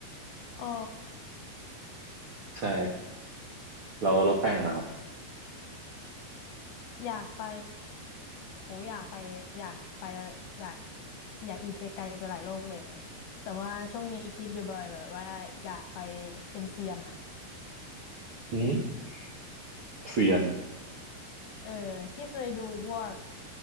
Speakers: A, on the left; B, on the right.
A: อ๋อ
B: ใช่เราเราแป้งนะครับ
A: อยากไปโหอยากไปอยากไปอะไรอยากอยากอิเซไกไปหลายโลกเลยแฮะแต่ว่าช่วงนี้คิดอยู่บ่อยแบบว่าอยากไปเป็นเซียนอะ
B: อืมเซียน
A: เออพี่เคยดูพวก